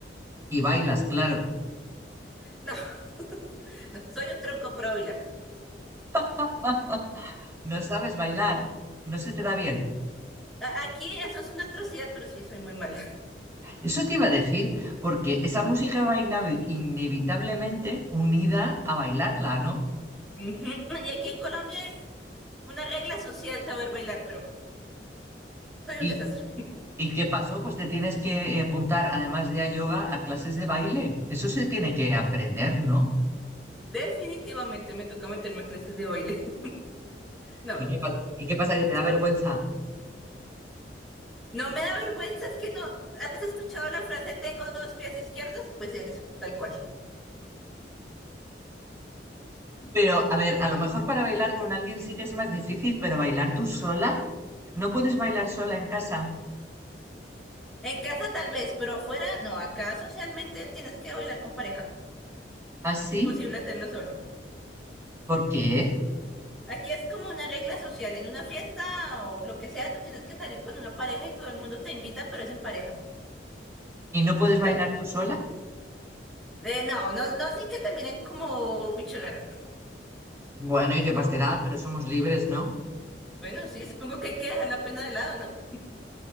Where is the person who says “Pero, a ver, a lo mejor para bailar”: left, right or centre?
Right